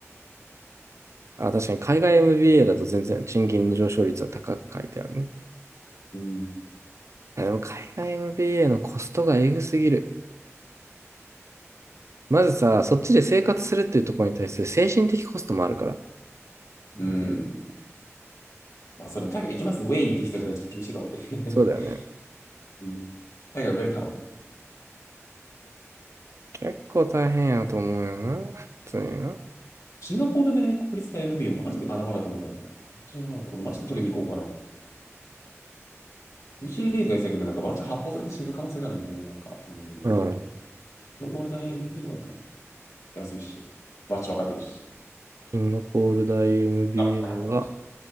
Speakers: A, on the right; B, on the left.
A: あ、確かに海外 MBA だと全然賃金の上昇率は高く書いてあるね。
B: うん。
A: やでも海外 MBA のコストがえぐすぎる。まずさ、そっちで生活するっていうところに対する精神的コストもあるから。
B: うん。まあ、それ、海外行きますウェイって人じゃないとちょっと厳しいかもね。<laughs>
A: そうだよね。
B: うん海外ウェルカム。
A: 結構大変やと思うよな。普通にな。
B: シンガポールで国立大 MBA、マジで穴場だと思うけどな。本当に穴場だと俺、マジで取りに行こうかな。UCLA とか言ってたけど、なんかワンチャン発砲されて死ぬ可能性があるんで、なんか、うん。シン
A: うん。
B: ガポール大 MBA の方がいいかな安いし、場所分かってるし。
A: シンガポール大 MBA
B: から、
A: は、